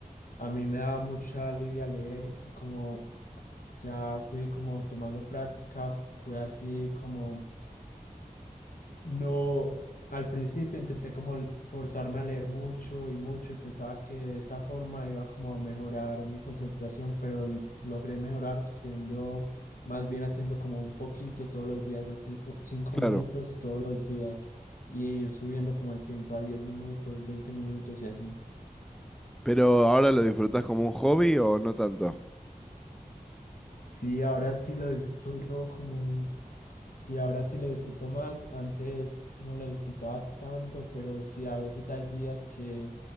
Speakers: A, on the left (about 70°); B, in the centre.
A: a mí me daba mucha lidia leer y como ya fui como tomando práctica, f- fue así como... No, al principio intenté como l- forzarme a leer mucho y mucho y pensaba que de esa forma iba como a mejorar mi concentración, pero l- logré mejorar siendo, más bien haciendo como un poquito todos los días, así u- cinco
B: Claro.
A: minutos todos los días y ir subiendo como el tiempo a 10 minutos, 20 minutos y así.
B: Pero ahora lo disfrutás como un hobby o no tanto.
A: Sí, ahora sí lo disfruto como Sí, ahora sí lo disfruto más. Antes no lo disfrutaba tanto, pero sí, a veces hay días que